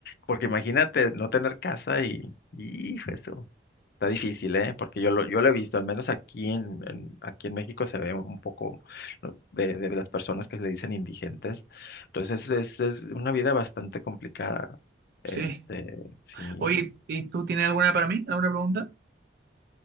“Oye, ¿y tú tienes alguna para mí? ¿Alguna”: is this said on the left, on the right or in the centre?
Right